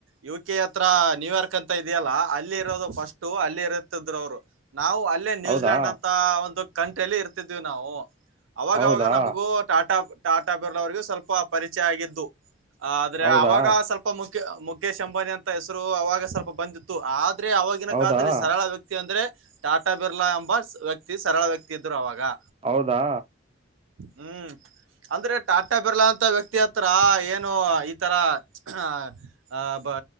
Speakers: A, on the right; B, on the right.
A: ಯು ಕೆ ಹತ್ರ ನ್ಯೂಯಾರ್ಕ್ ಅಂತ ಇದೆಯಲ್ಲಾ ಅಲ್ಲಿ ಇರೋದು ಫಸ್ಟು ಅಲ್ಲಿ ಇರುತ್ತಿದ್ರರು ಅವರು. ನಾವು ಅಲ್ಲಿ ಲ್ಲೆ ನ್ಯೂಜಿಲೆಯಂಡ್
B: ಹೌದಾ
A: ಅಂತ ಒಂದು ಕಂಟ್ರಿಲ್ಲಿ ಇರ್ತಿದ್ವಿ ನಾವು ಅವಾಗವಾಗ
B: ಹೌದಾ
A: ನಮಗೂ ಟಾಟಾ ಟಾಟಾ ಬಿರ್ಲಾ ಅವರಿಗೂ ಸ್ವಲ್ಪ ಪರಿಚಯ ಆಗಿದ್ದು ಆದ್ರೆ
B: ಹೌದಾ
A: ಅವಾಗ ಸ್ವಲ್ಪ. ಪ್ಪ ಮುಖೆ ಮುಖೇಶ್ ಅಂಬಾನಿ ಅಂತ ಹೆಸರು ಅವಾಗ ಸ್ವಲ್ಪ ಬಂದಿತ್ತು ಆದ್ರೆ ಆವಾಗಿನ
B: ಹೌದಾ
A: ಕಾಲದಲ್ಲಿ ಸರಳ ವ್ಯಕ ತ್ತಿ ಅಂದ್ರೆ ಟಾಟಾ ಬಿರ್ಲಾ ಎಂಬ ವ್ಯಕ್ತಿ ಸರಳ ವ್ಯಕ್ತಿ ಇದ್ರು ಅವಾಗಾ.
B: ಹೌದಾ
A: ಹು ಅಂದ್ರೆ ಟಾಟಾ ಬಿರ್ಲಾ ಅಂತ ವ್ಯಕ್ತಿ ಹತ್ರಾ ಏನು ಈತರಾ ಅ ಅ ಪ